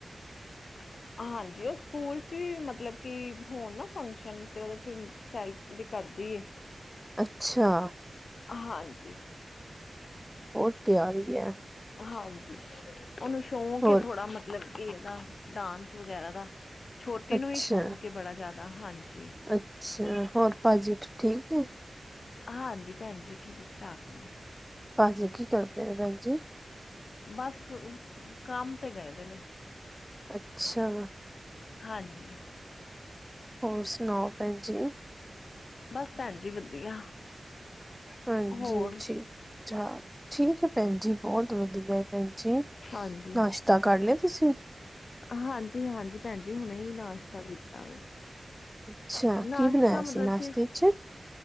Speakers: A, on the left; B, in the centre.
A: <unintelligible> ਹਾਂਜੀ ਉਹ ਸਕੂਲ ਚ ਵੀ ਮਤਲਬ ਕਿ ਹੋਣ ਨਾ ਫੰਕਸ਼ਨ ਤੇ ਉਹਦੇ ਚ ਸੈੱਲ ਵੀ ਕਰਦੀ
B: ਅੱਛਾ
A: ਹਾਂਜੀ
B: ਉਹ ਤਿਆਰੀ ਹੈ।
A: ਹਾਂਜੀ ਉਹਨੂੰ ਸ਼ੌਕ
B: ਹੋਰ
A: ਹੈ ਥੋੜਾ ਮਤਲਬ ਕਿ ਇਹਦਾ ਡਾਂਸ ਵਗੈਰਾ ਦਾ ਛੋਟੀ
B: ਅੱਛਾ
A: ਨੂੰ ਹੀ ਸ਼ੌਕ ਬੜਾ ਜ਼ਿਆਦਾ ਹਾਂਜੀ
B: ਅੱਛਾ ਹੋਰ ਭਾਜੀ ਠੀਕ ਨੇ
A: ਹਾਂਜੀ ਭੈਣ ਜੀ ਠੀਕ ਠਾਕ ਨੇ
B: ਭਾਜੀ ਕੀ ਕਰਦੇ ਨੇ ਭੈਣ ਜੀ
A: ਬਸ ਕੰਮ ਤੇ ਗਏ ਦੇ ਨੇ
B: ਅੱਛਾ
A: ਹਾਂਜੀ
B: ਹੋਰ ਸੁਣਾਓ ਭੈਣ ਜੀ
A: ਬਸ ਭੈਣ ਜੀ ਵਧੀਆ
B: ਹਾਂਜੀ
A: ਹੋਰ
B: ਠੀਕ ਠੀਕ ਹੈ ਭੈਣਜੀ ਬਹੁਤ ਵਧੀਆ ਭੈਣ ਜੀ
A: ਹਾਂਜੀ
B: ਨਾਸ਼ਤਾ ਕਰ ਲਿਆ ਤੁਸੀਂ
A: ਹਾਂਜੀ ਹਾਂਜੀ ਭੈਣ ਜੀ ਹੁਣੇ ਹੀ ਨਾਸ਼ਤਾ ਕੀਤਾ ਵਾ
B: ਅੱਛਾ
A: ਨਾਸ਼ਤਾ
B: ਕੀ ਬਣਾਇਆ
A: ਮਤਲਬ
B: ਸੀ ਨਾਸ਼ਤੇ
A: ਕਿ
B: ਚ